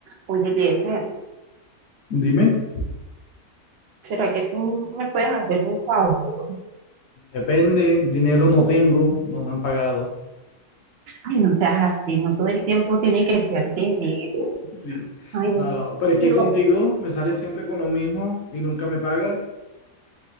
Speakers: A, on the right; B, on the left.
A: Oye, Eliezer,
B: Dime,
A: ¿será que tú me puedes hacer un favor?
B: depende, dinero no tengo, no me han pagado.
A: Ay, no seas así, no todo el tiempo tiene que ser dinero.
B: Sí,
A: Ay, no,
B: no, pero es que
A: no,
B: contigo me sales siempre con lo mismo y nunca me pagas.